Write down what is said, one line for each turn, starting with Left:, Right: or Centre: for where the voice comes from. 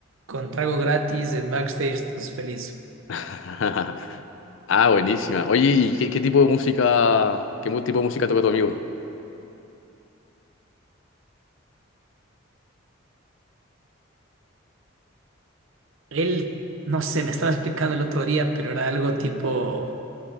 Right: con trago gratis en backstage, entonces feliz.
Left: <laughs> Ah, buenísima. Oye, ¿y qué, qué tipo de música, qué mu- tipo de música toca tu amigo?
Right: Él, no sé, me estaba explicando el otro día, pero era algo tipo,